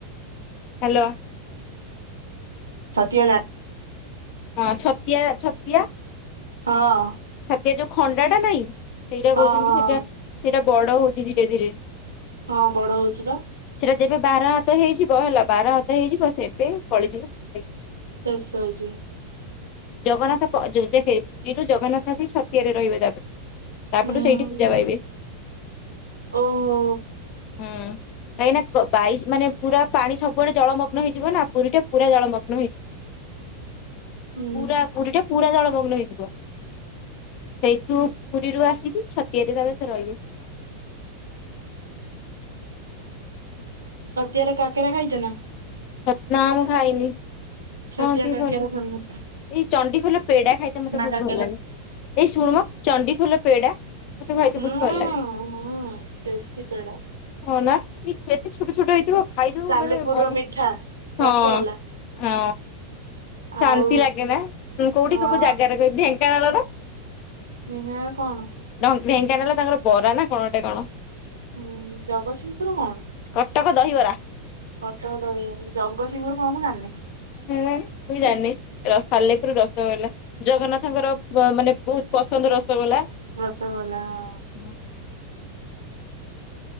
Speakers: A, on the left (about 40°); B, on the right (about 75°).
A: ହ୍ୟାଲୋ
B: ଷାଠିଏ ହଜାର
A: ହଁ ଛତିଆ ଛତିଆ
B: ହଁ
A: ଛାତିଆ ଯୋଉ ଖଣ୍ଡାଟା ନାଇଁ ସେଇଟା
B: ହଁ
A: କହୁଛନ୍ତି
B: ହଁ
A: ସେଇଟା ସେଇଟା ବଡ ହଉଛି ଧୀରେ ଧୀରେ।
B: ହଁ ବଡ ହଉଛି ବା।
A: ସେଟା ଯେବେ ବାର ହାତ ହେଇଯିବ ହେଲା ବାର ହାତ ହେଇଯିବ ସେବେ କଳି ଯୁଗ ଶେଷ ହେଇଯିବ।
B: ଶେଷ ହେଇଯିବ।
A: ଜଗନ୍ନାଥ ଯୋଉ ଦେଖେ ପୁରୀରୁ ଜଗନ୍ନାଥ ଆସି ଛତିଆରେ ରହିବେ ତାପରେ। ତାପରଠୁ
B: ହୁଁ
A: ସେଇଠି ପୂଜା ପାଇବେ
B: ଓହୋ
A: ହୁଁ। କାହିଁକି ନା ବାଇଶ ମାନେ ପୁରା ପାଣି ସବୁଆଡେ ଜଳମଗ୍ନ ହେଇଯିବ ନା ପୁରୀ ଟା ପୁରା ଜଳମଗ୍ନ ହେଇଯିବ।
B: ହୁଁ
A: ପୁରା ପୁରୀ ଟା ପୁରା ଜଳମଗ୍ନ ହେଇଯିବ। ସେଇଠୁ ପୁରୀରୁ ଆସିକି ଛତିଆରେ ତାପରେ ସେ ରହିଵେ।
B: ଛତିଆର କାକେରା ଖାଇଛ ନା?
A: ସତନା ନା ମୁଁ ଖାଇନି।
B: ଛତିଆ
A: କହନ୍ତି
B: କାକରା
A: ଭଲ
B: ଫେମସ।
A: ଏଇ ଚଣ୍ଡି ଖୋଲ ପେଡା ଖାଇତେ ମତେ ବହୁତ
B: କାକେରା
A: ଭଲ ଲାଗେ ଏଇ ଶୁଣୁମ ଚଣ୍ଡି ଖୋଲ ପେଡା ମତେ ଖାଇତେ
B: ହୁଁ
A: ବହୁତ ଭଲ ଲାଗେ।
B: ଟେଷ୍ଟି ପେଡା
A: ହଁ ନା ଏତେ ଛୋଟ ଛୋଟ ହେଇଥିବ ଖାଇଦବ
B: ସାଲେପୁରର
A: ମାନେ ମନ
B: ମିଠା
A: ହଁ।
B: ରସଗୋଲା
A: ହଁ ଶାନ୍ତି
B: ଆଉ
A: ଲାଗେ ନା କୋଉଠି
B: ହଁ
A: କୋଉ ଜାଗାରେ କହିବି ଢେଙ୍କାନାଳ ର
B: ଢେଙ୍କାନାଳ କଣ?
A: ଢ଼ ଢ଼େଙ୍କାନେଲା ତାଙ୍କର ବରା ନା କଣ ଗୋଟେ କଣ
B: ହୁଁ ଜଗତସିଂହପୁର କଣ?
A: କଟକ ଦହିବରା।
B: କଟକ ଦହିବରା ଜଗତସିଂହପୁର କଣ ମୁ ଜାଣିନି।
A: ହୁଁ ମୁଇଁ ଜାଣିନି ର ସାଲେପୁର ରସଗୋଲା ଜଗନ୍ନାଥଙ୍କର ବ ମାନେ ବୋହୁତ ପସନ୍ଦ ରସଗୋଲା।
B: ରସଗୋଲା ହଁ।
A: ନାଁ